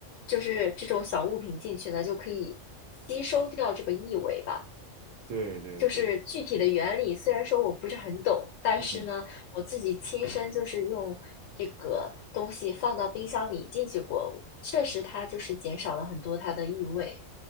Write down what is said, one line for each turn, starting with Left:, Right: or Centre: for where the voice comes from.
Left: 就是这种小物品进去呢，就可以吸收掉这个异味吧。
Right: 对对对，
Left: 就是具体的原理，虽然说我不是很懂，但是呢，
Right: 嗯
Left: 我自己亲身就是用这个东西放到冰箱里进去过，确实它就是减少了很多它的异味，